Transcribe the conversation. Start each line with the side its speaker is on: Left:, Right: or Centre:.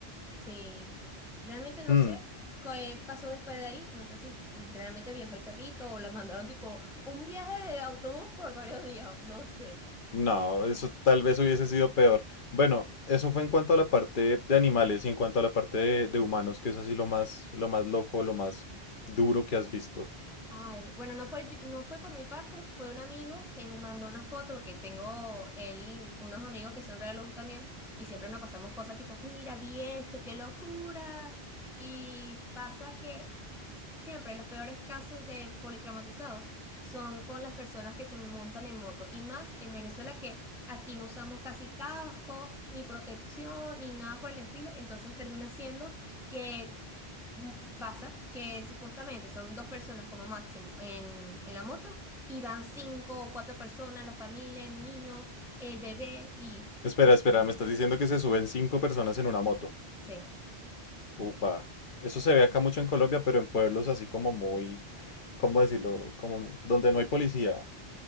Centre: Sí, realmente no
Left: Mm,
Centre: sé qué pasó después de ahí. No sé si realmente viajó el perrito o le mandaron tipo un viaje de autobús por varios días. No sé.
Left: no, eso tal vez hubiese sido peor. Bueno, eso fue en cuanto a la parte de animales y en cuanto a la parte de, de humanos, que es así lo más, lo más loco, lo más duro que has visto.
Centre: Ay, bueno, no, por- no fue por mi parte, fue un amigo que me mandó una foto porque tengo él, unos amigos que son re también y siempre nos pasamos cosas tipo, mira, vi esto, qué locura. Y pasa que s- siempre los peores casos de politraumatizados son con las personas que se montan en moto y más en Venezuela que aquí no usamos casi casco, ni protección, ni nada por el estilo, entonces termina siendo que mm, pasa que supuestamente son dos personas como máximo en, en la moto y van cinco o cuatro personas, la familia, el niño, el bebé y...
Left: Espera,
Centre: Es un
Left: espera,
Centre: peligro.
Left: me estás diciendo que se suben cinco personas en una moto.
Centre: Sí.
Left: Upa. Eso se ve acá mucho en Colombia, pero en pueblos así como muy ¿cómo decirlo? Como donde no hay policía.